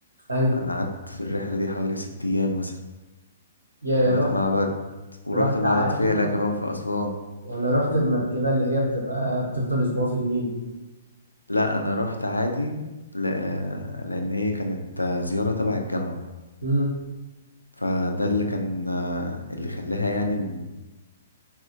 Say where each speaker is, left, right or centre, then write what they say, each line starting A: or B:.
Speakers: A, on the right; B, on the left.
A: ايوه
B: أنا قعدت في الرحلة دي حوالي ست أيام مثلا
A: يا
B: ورحت
A: رحت
B: معبد ورحت
A: رحت
B: معبد
A: عادي
B: فيلة
A: ولا
B: كمان في أسوان
A: ولا رحت بمركبه اللي هي بتبقى بتفضل اسبوع في النيل
B: لا أنا رحت عادي ل... لأن هي كانت آه، زيارة تبع الجامعة
A: امم
B: فده اللي كان آه، اللي خلاها يعني إن-